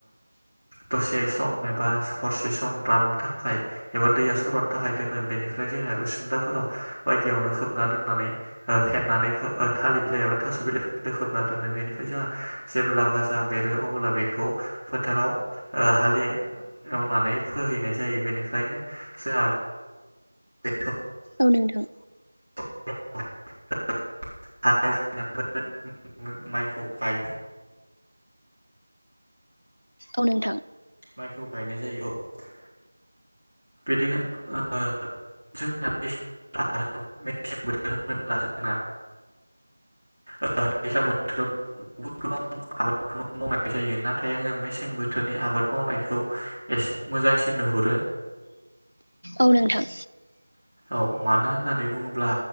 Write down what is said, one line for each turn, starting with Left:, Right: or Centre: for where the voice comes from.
Right: दसे सम एबा हरसे सम राननो थाखाय एबा दैया सरननो थाखाय दोनो। बेनिफ्राय जोंहा उसुनदाफोराव बायदियावनो खोबना दोननानै फेननानै थालिर बिलाइ एबा थास' बिलाइफोरदो खोबना दोनो। बेनिफ्राय जोंहा जेब्ला गाजा बेरो अब्ला बेखौ फोथाराव हालेवनानै फोहैनाय जायो बेनिफ्रायनो जाहा बे
Left: औ नोंथां।
Right: <inaudible> <unintelligible> माइखौ गायफि
Left: औ नोंथां।
Right: माइखौ गायनाय जायो। औ बिदिनो ओ जोंना दैज्लां आरो मेसें बोथोर होनोब्ला जोंना ओ दैज्लां बोथोराव बुहुद गोबां आबादखौनो मावनाय जायो नाथाय आङो मेसें बोथोरनि आबाद मावनायखौ एसे मोजांसिन नुहुरो।
Left: औ नोंथां।
Right: औ। मानो होन्नानै बुङोब्ला